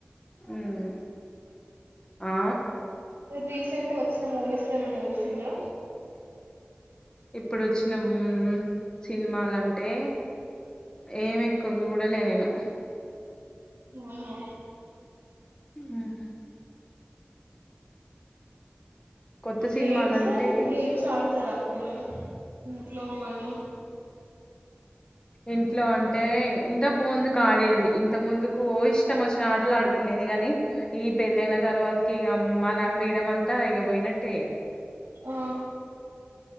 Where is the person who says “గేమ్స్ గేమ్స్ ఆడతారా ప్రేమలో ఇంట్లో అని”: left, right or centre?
Right